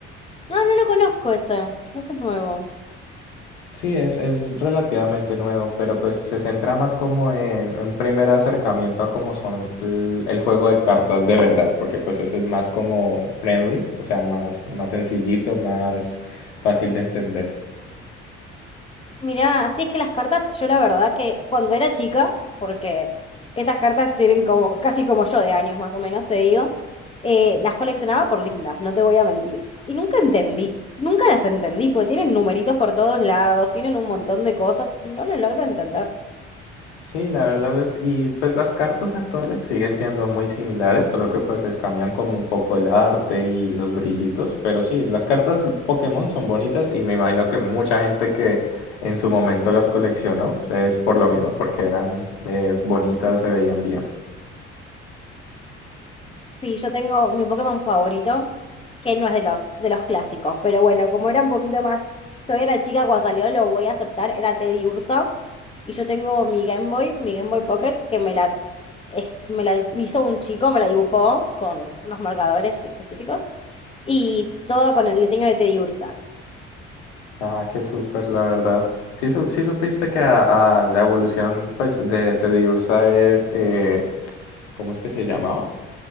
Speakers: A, on the left (about 15°); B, on the left (about 80°).
A: No, no lo conozco eso. Eso es nuevo.
B: Sí, es, es relativamente nuevo, pero pues se centra más como en un primer acercamiento a cómo son l- el, juego de cartas de verdad, porque pues ese es más como friendly, o sea, más, más sencillito, más fácil de entender.
A: Mirá, sí, es que las cartas, yo la verdad que cuando era chica, porque estas cartas tienen como casi como yo de años más o menos, te digo, eh, las coleccionaba por lindas, no te voy a mentir. Y nunca entendí, nunca las entendí, porque tienen numeritos por todos lados, tienen un montón de cosas y no lo logro entender.
B: Sí, la verdad es, y pues las cartas actuales siguen siendo muy similares, solo que pues les cambian como un poco el arte y los brillitos, pero sí, las cartas Pokémon son bonitas y me imagino que mucha gente que en su momento las coleccionó es por lo mismo, porque eran eh, bonitas, se veían bien.
A: Sí, yo tengo mi Pokémon favorito, que no es de los, de los clásicos, pero bueno, como era un poquito más, todavía era chica cuando salió, lo voy a aceptar, era Teddy Ursa, y yo tengo mi Game Boy, mi Game Boy Pocket, que me la, es- me la hizo un chico, me la dibujó con unos marcadores específicos, y toda con el diseño de Teddy Ursa.
B: Ah, qué súper, la verdad. Sí, su- sí supiste que a, a la evolución pues de Teddiursa es, eh, ¿cómo es que se llamaba?